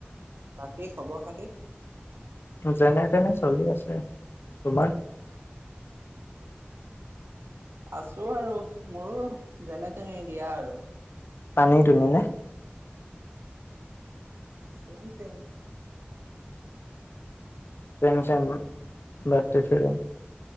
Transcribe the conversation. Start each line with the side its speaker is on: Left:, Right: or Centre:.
Right: বাকী খবৰ খাতি
Left: যেনে তেনে চলি আছে। তোমাৰ?
Right: আছোঁ আৰু মোৰো যেনে তেনে দিয়া আৰু
Left: টানি টুনি না-
Right: চেম চেম
Left: চেম চেম মোৰ, বাদেফেৰম।